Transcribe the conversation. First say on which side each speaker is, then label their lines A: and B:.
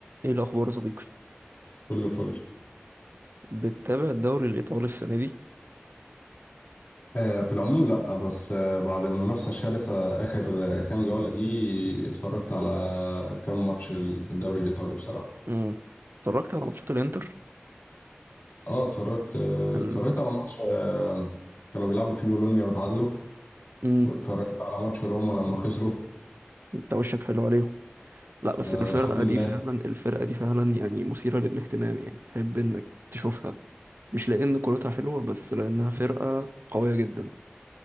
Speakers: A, on the right; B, on the left.
A: ايه الاخبار يا صديقي
B: كله فل
A: بتتابع الدوري الايطالي السنه دي
B: آه، في العموم لا بس آه، بعد المنافسة الشرسة آخر آه، كام جولة دي اتفرجت على كام ماتش ال- في الدوري الإيطالي بصراحة
A: امم اتفرجت على ماتشات الانتر
B: اه اتفرجت آه،
A: ال...
B: اتفرجت على ماتش آه، كانوا بيلعبوا فيه بولونيا وتعادلوا
A: امم
B: واتفرجت على ماتش روما لما خسروا
A: انت وشك حلو عليهم لا بس
B: آه،
A: الفرقه
B: الحمد لله
A: دي فعلا الفرقه دي فعلا يعني مثيره للاهتمام يعني تحب انك تشوفها مش لان كرتها حلوه بس لانها فرقه قويه جدا